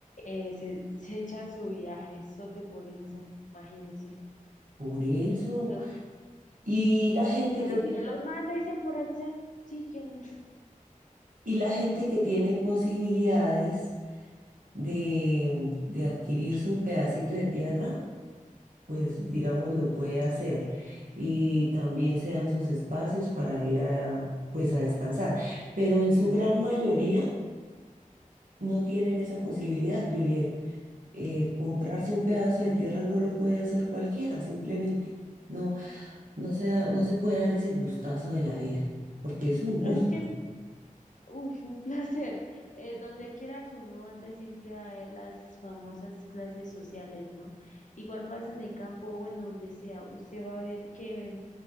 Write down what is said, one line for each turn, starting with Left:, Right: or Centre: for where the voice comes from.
Left: eh, se, se echan su viaje sote por eso, imagínense.
Right: Por eso.
Left: Entonces,
Right: Y la gente
Left: ¿pero
Right: que tiene,
Left: quién los manda? Dicen por allá. Sí, ¿quién?
Right: y la gente que tiene posibilidades de, de adquirir su pedacito de tierra, pues digamos lo puede hacer. Y también se dan sus espacios para ir a, pues a descansar. Pero en su gran mayoría no tienen esa posibilidad, Juliet. eh, comprarse
Left: Sí,
Right: un pedazo de tierra no lo puede hacer cualquiera, simplemente. No, no se da- no se puede dar ese gustazo de la vida, porque es un
Left: es
Right: gusto.
Left: que, uy, un placer. Eh, donde quiera que uno vaya, siempre va a ver las famosas clases sociales, ¿no? Igual pasa en el campo, bueno, donde sea, usted va a ver que,